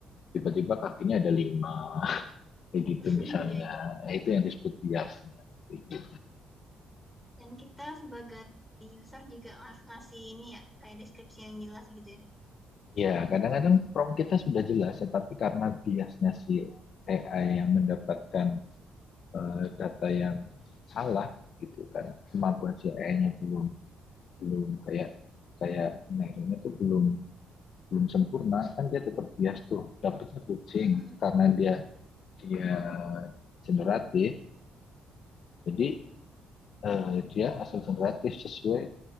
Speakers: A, on the left (about 60°); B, in the centre.
A: tiba-tiba kakinya ada lima, <laughs> kayak gitu
B: <laughs>
A: misalnya.
B: iya.
A: Nah, itu yang disebut biasnya. gitu.
B: Dan kita sebagai user juga harus ngasih ini ya, kayak deskripsi yang jelas gitu ya.
A: Ya, kadang-kadang prompt kita sudah jelas, tetapi karena biasnya si AI yang mendapatkan eh, data yang salah gitu karena kemampuan si AI-nya belum belum kayak kayak nah, tuh belum belum sempurna kan dia tetap bias tuh dapatnya kucing
B: <laughs>
A: karena dia dia generatif jadi eh, dia asal generatif sesuai